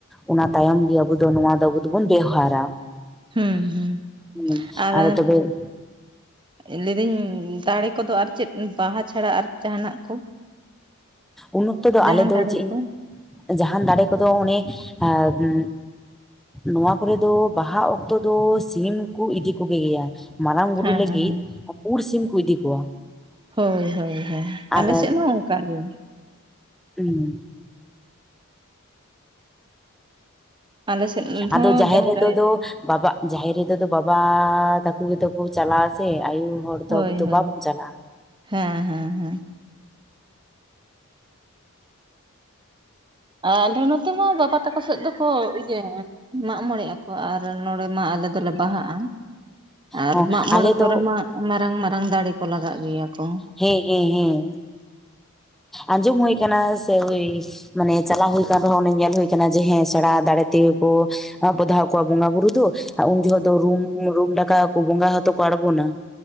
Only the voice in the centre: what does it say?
ᱚᱱᱟ ᱛᱟᱭᱚᱢ ᱜᱮ ᱟᱵᱚ ᱫᱚ ᱱᱚᱣᱟ ᱫᱚ ᱟᱵᱚ ᱫᱚᱵᱩᱱ ᱵᱮᱣᱦᱟᱨᱟ
ᱦᱮᱸ
ᱟᱫᱚ
ᱛᱚᱵᱮ
ᱩᱱ ᱚᱠᱛᱚ ᱫᱚ
ᱟᱞᱮ ᱫᱚ
ᱪᱮᱫ
ᱡᱟᱦᱟᱱ ᱫᱟᱨᱮ ᱠᱚᱫᱚ ᱚᱱᱮ ᱟ ᱮ ᱱᱚᱣᱟ ᱠᱚᱨᱮ ᱫᱚ ᱵᱟᱦᱟ ᱚᱠᱛᱚ ᱫᱚ ᱥᱤᱢ ᱠᱚ ᱤᱫᱤ ᱠᱚ ᱜᱮᱭᱟ ᱢᱟᱨᱟᱝ ᱵᱩᱨᱩ
ᱞᱟᱹᱜᱤᱫ
ᱯᱩᱰ ᱥᱤᱢ ᱠᱚ ᱤᱫᱤ ᱠᱚᱣᱟ
ᱟᱨ
ᱩᱸ
ᱟᱫᱚ ᱡᱟᱦᱮᱨ ᱨᱮ ᱫᱚ
ᱫᱚ ᱵᱟᱵᱟ ᱡᱟᱦᱮᱨ ᱨᱮᱫᱚ ᱫᱚ ᱵᱟᱵᱟ ᱛᱟᱠᱚ ᱜᱮᱛᱚ ᱠᱚ ᱪᱟᱞᱟᱜ-ᱟ ᱥᱮ ᱟᱭᱩ ᱦᱚᱲ
ᱫᱚ
ᱵᱟᱵᱚᱱ ᱪᱟᱞᱟᱜᱼᱟ
ᱦᱚᱸ
ᱟᱞᱮ
ᱫᱚ
ᱦᱮᱸ ᱦᱮᱸ ᱦᱮᱸ ᱟᱸᱡᱚᱢ ᱦᱩᱭ ᱠᱟᱱᱟ ᱥᱮ ᱦᱳᱭ ᱢᱟᱱᱮ ᱪᱟᱞᱟ ᱦᱩᱭ ᱠᱟᱱ ᱨᱮᱦᱚᱸ ᱚᱱᱮ ᱧᱮᱞ ᱦᱩᱭ ᱠᱟᱱᱟ ᱡᱮ ᱦᱮᱸ ᱥᱮᱬᱟ ᱫᱟᱬᱮ ᱛᱮᱜᱮ ᱠᱚ ᱵᱚᱫᱷᱟᱣ ᱠᱚᱣᱟ ᱵᱚᱸᱜᱟ ᱵᱩᱨᱩ ᱫᱚ ᱩᱱ ᱡᱚᱠᱷᱚᱜ ᱫᱚ ᱨᱩᱢ ᱨᱩᱢ ᱰᱟᱠᱟᱶ ᱵᱚᱸᱜᱟ ᱦᱚᱛᱚ ᱠᱚ ᱟᱲᱜᱚᱱᱟ